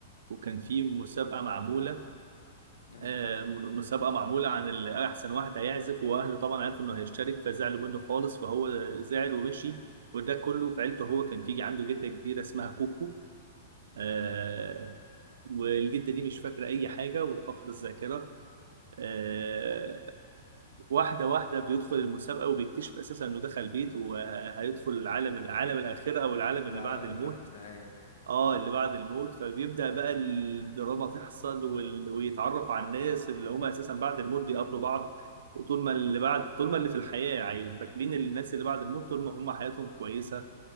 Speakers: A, on the right; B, on the left.
A: وكان في مسابقه معموله
B: ايوه
A: آه، مسابقه معموله عن ال- احسن واحد هيعزف واهله طبعا عرفوا انه هيشترك فزعلوا منه خالص فهو زعل ومشي وده كله في عيلته هو كان في عنده جده كبيره اسمها كوكو آه، والجده دي مش فاكره اي حاجه وفاقده الذاكره آه، واحدة واحدة بيدخل المسابقة وبيكتشف أساسا إنه دخل بيت وهيدخل العالم العالم الآخرة أو العالم
B: العالم
A: اللي بعد
B: اللي
A: الموت
B: نحت ايوه
A: آه اللي بعد الموت فبيبدأ بقى الدراما تحصل وال... ويتعرف على الناس اللي هم أساسا بعد الموت بيقابلوا بعض وطول ما اللي بعد طول ما اللي في الحياة يعني فاكرين الناس اللي بعد الموت طول ما هم حياتهم كويسة